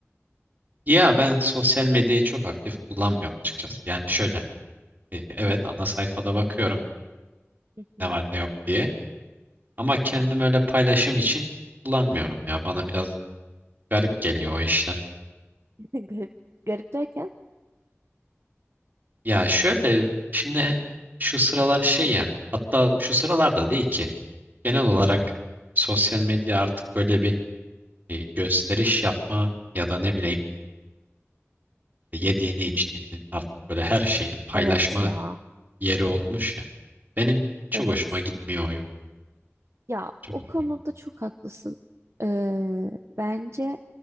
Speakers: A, on the right (about 40°); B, on the right (about 65°).
A: Ya ben sosyal medyayı çok aktif kullanmıyorum açıkçası. Yani şöyle, e, evet ana sayfada bakıyorum
B: Hı hı.
A: ne var ne yok diye. Ama kendim öyle paylaşım için kullanmıyorum ya. Bana biraz garip geliyor o işler.
B: <laughs> Garip, garip derken
A: Ya şöyle, şimdi şu sıralar şey ya, hatta şu sıralarda değil ki. Genel olarak sosyal medya artık böyle bir e, gösteriş yapma ya da ne bileyim işte yediğini içtiğini artık böyle her şeyini paylaşma
B: Evet ya.
A: yeri olmuş ya. Benim çok
B: Evet.
A: hoşuma gitmiyor o.
B: Ya
A: Çok
B: o
A: hoşuma
B: konuda
A: gitti.
B: çok haklısın. Ee, bence